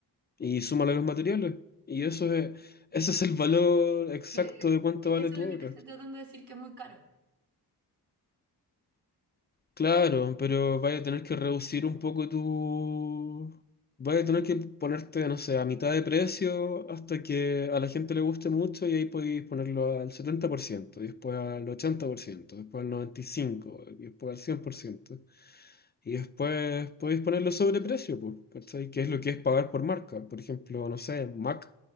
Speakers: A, on the left; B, on the right.
A: y súmale los materiales. Y eso es, ese es el valor exacto
B: Que- eh,
A: de cuánto
B: es
A: vale
B: que eso
A: tu
B: es lo
A: obra.
B: que te estoy tratando de decir, que es muy caro.
A: Claro, pero vaya a tener que reducir un poco tu... Vaya a tener que ponerte, no sé, a mitad de precio hasta que a la gente le guste mucho y ahí podéis ponerlo al 70%, y después al 80% después al noventa y cinco por ciento, y después al cien por ciento Y después podéis ponerlo sobre precio, pues, ¿cachai? ¿Qué es lo que es pagar por marca? Por ejemplo, no sé, Mac